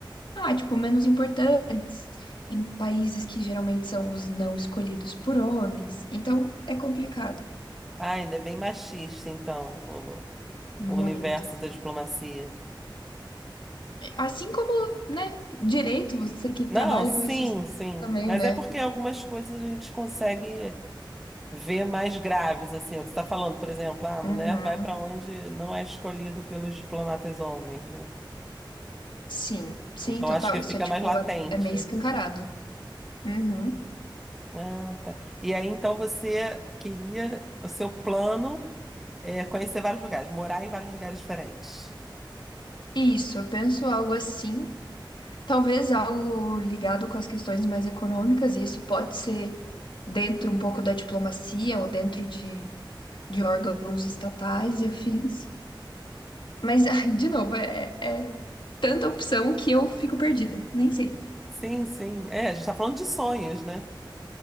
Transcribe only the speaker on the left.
ah, tipo, menos importantes, em países que geralmente são os não escolhidos por homens. Então, é complicado.
Muito.
Assim como, né, direito, você que
trabalha
com isso você
também,
né?
Uhum.
Sim, sim,
total.
Isso
é tipo,
é, é meio escancarado. Uhum.
Isso, eu penso algo assim, talvez algo ligado com as questões mais econômicas, e isso pode ser dentro um pouco da diplomacia ou dentro de, de órgãos estatais e afins. Mas, <laughs> ai, de novo, é, é tanta opção que eu fico perdida, nem sei.